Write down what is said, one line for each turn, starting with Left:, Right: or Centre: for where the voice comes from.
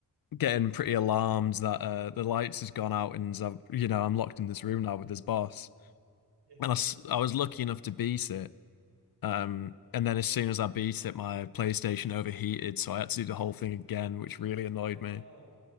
Left: getting pretty alarmed that uh the lights has gone out and I've, you know, I'm locked in this room now with this boss.
Right: <laughs> Yeah.
Left: And I I was lucky enough to beat it. Um, and then as soon as I beat it, my PlayStation overheated, so I had to do the whole thing again, which really annoyed
Right: Oh
Left: me.
Right: no,